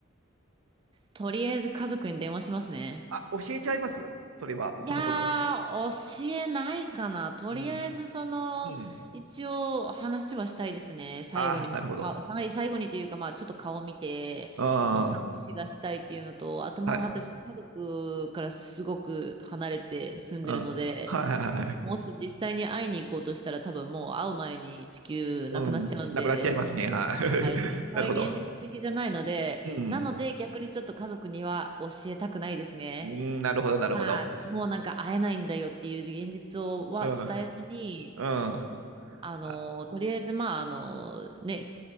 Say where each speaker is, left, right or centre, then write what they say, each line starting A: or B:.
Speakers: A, on the right; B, on the right.
A: とりあえず家族に電話しますね。
B: あ、教えちゃいますそれは、
A: いやー、
B: そのことは。
A: 教えないかな。とりあえず、
B: うん。
A: その、
B: うん。
A: 一応話はしたいですね。最後に、
B: ああ、なるほど。
A: まあ、か最最後にというか、まあ、ちょっと顔見て、
B: うん。は
A: まあ、話がしたいっていうのと、あと、まあ、
B: い。
A: 私、家族からすごく離れて住んでるので、
B: うん。はいはいはい。
A: もし実際に会いに行こうとしたら、多分もう会う前に地球なくなっちゃうんで、
B: うん。なくなっちゃいますね。はい。
A: はい、
B: <laughs>
A: ちょっとそれ現実的じゃないので、
B: なるほど。うん。
A: なので、逆にちょっと家族には教えたくないですね。
B: うん、なるほど、なるほど。
A: はい。もうなんか会えないんだよっていう現実をは伝えずに、
B: うん。うん。あ、
A: あの、
B: あ
A: とりあえずまあ、あの、ね、